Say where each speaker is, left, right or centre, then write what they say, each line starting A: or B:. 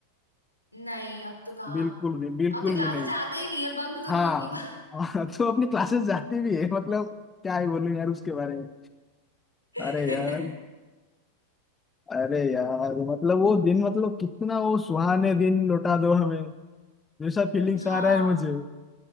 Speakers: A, on the left; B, on the left.
A: <laughs> नहीं अब तो कहाँ
B: बिल्कुल भी बिल्कुल
A: अब तो क्लासेस
B: भी नहीं
A: जाते ही नहीं है बंक तो
B: हाँ
A: दूर की बात
B: हाँ, तो अपनी क्लासेस जाती भी है मतलब क्या ही बोलूं यार उसके बारे में
A: <laughs>
B: अरे यार अरे यार मतलब वो दिन मतलब कितना वो सुहाने दिन लौटा दो हमें जैसा फीलिंग्स
A: हाँ हाँ
B: आ रहा है मुझे